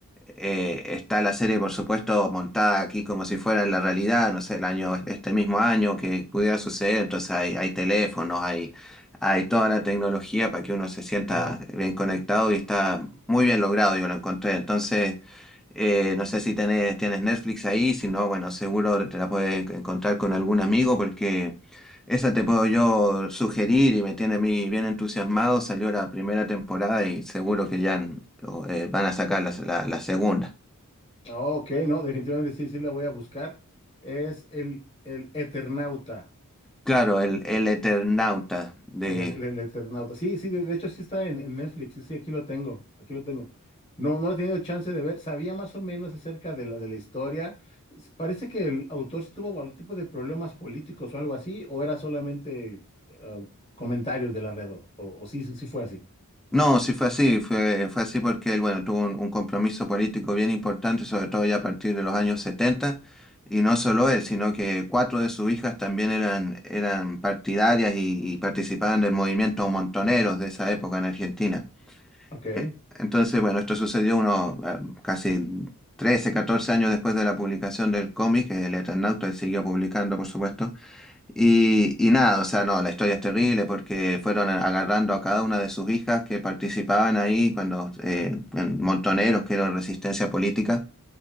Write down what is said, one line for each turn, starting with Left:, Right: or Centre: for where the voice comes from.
Centre: eh, está la serie, por supuesto, montada aquí como si fuera la realidad, no sé, el año, este mismo año que pudiera suceder, entonces hay, hay teléfonos, hay, hay toda la tecnología para que uno se sienta
Left: Ajá.
Centre: bien conectado y está muy bien logrado, yo lo encontré. Entonces, eh, no sé si tenés, tienes Netflix ahí, si no, bueno, seguro te la puedes encontrar con algún amigo porque... Esa te puedo yo sugerir y me tiene a mí bien entusiasmado. Salió la primera temporada y seguro que ya n- o, eh, van a sacar la, se- la- la segunda.
Left: Ah, Ok, no, definitivamente sí, sí la voy a buscar. Es el, el Eternauta.
Centre: Claro, el, el Eternauta de...
Left: El, el- el Eternauta. Sí, sí, de, de hecho sí está en, en Netflix. Sí, sí, aquí lo tengo. Aquí lo tengo. No, no he tenido chance de ver. Sabía más o menos acerca de la, de la historia. S- Parece que el autor sí tuvo algún tipo de problemas políticos o algo así, o era solamente ah, comentarios de la red, o, o sí, sí, sí fue así.
Centre: No, sí fue así, fue, fue así porque él, bueno, tuvo un, un compromiso político bien importante, sobre todo ya a partir de los años setenta Y no solo él, sino que cuatro de sus hijas también eran, eran partidarias y, y participaban del movimiento montoneros de esa época en Argentina.
Left: Ok.
Centre: Eh, Entonces, bueno, esto sucedió unos eh, casi 13 14 años después de la publicación del cómic, eh, el Eternauta él siguió publicando, por supuesto. Y, y nada, o sea, no, la historia es terrible porque fueron a- agarrando a cada una de sus hijas que participaban ahí cuando eh, en montoneros, que eran resistencia política,